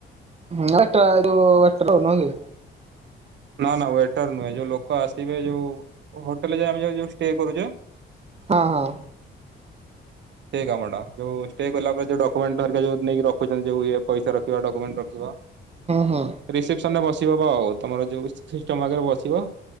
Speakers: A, on the right; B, on the right.
A: ହେଟା ଯୋଉ ୱାଟର ନୁହେଁ କି?
B: ନା ନା ୱେଟର ନୁହେଁ ଯୋଉ ଲୋକ ଆସିବେ ଯୋଉ ହୋଟେଲ ଯାଇ ଆମେ ଯୋଉ ଷ୍ଟେ କରୁଚେ?
A: ହଁ ହଁ।
B: ସେ କାମଟା ଯୋଉ ଷ୍ଟେ କଲା ପରେ ଯୋଉ ଡକୁମେଣ୍ଟ ଧରିକା ଯୋଉ ନେଇକି ରଖୁଛନ୍ତି ଯୋଉ ଇଏ ପଇସା ରଖିବା ଡକୁମେଣ୍ଟ ରଖିବା
A: ହୁଁ ହୁଁ
B: ରିସପ୍ସନ୍ ରେ ବସି <unintelligible> ତମର ଯୋଉ ସିଷ୍ଟମ୍ ଆଗରେ ବସିବ।